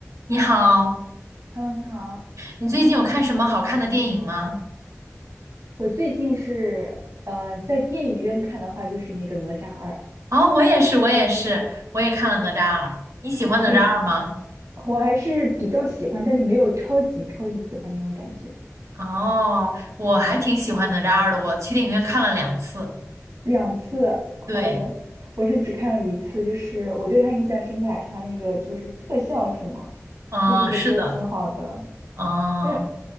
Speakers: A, on the right; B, on the right.
A: 你好，
B: Hello，你好。
A: 你最近有看什么好看的电影吗？
B: 我最近是，呃，在电影院看的话，就是那个《哪吒二》，
A: 哦，我也是，我也是，我也看了《哪吒二》。你喜欢哪吒二吗？
B: 我我还是比较喜欢，但是没有超级超级喜欢那种感觉。
A: 哦，我还挺喜欢哪吒二的，我去电影院看了两次。
B: 两次，
A: 对，
B: 好的，我是只看了一次，就是我对他印象深刻还是他那个就是特效是吗？
A: 嗯、
B: 就是我觉得挺好的，
A: 是的，嗯、
B: 但是